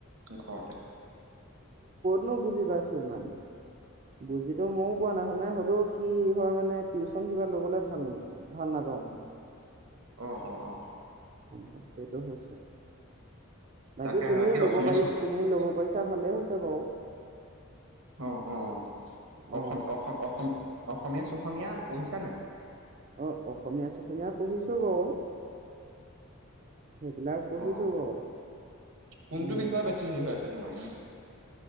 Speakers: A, on the right; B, on the right.
A: ঘৰতে
B: নু বুজি পাইছো ইমান? বুজিতো ময়ো পোৱা নাই, নে হ'লেও কি হয় মানে, টিউচন কিবা ল'বলৈ ভাল, ভাল নাপাওঁ মই
A: অ অ অ
B: অ সেইটো হ বাকী
A: তাকে
B: তুমি ল'ব
A: অসমীয়া
B: পাৰি
A: চক
B: তুমি ল'ব পাৰিছ ছা ভালেই হৈছে বাৰু
A: অ অ অসম
B: অ
A: অসম অসম অসমীয়া চ অসমীয়া পঢ়িছা নাই
B: অ অসমীয়া ছসমীয়া পঢ়িছো বাৰু সেইবিলাক পঢ়িছো
A: অ
B: বাৰু।
A: কোনটো
B: উম
A: বিষয়ে বেছি হেই হৈ আছে তোমাৰ এনে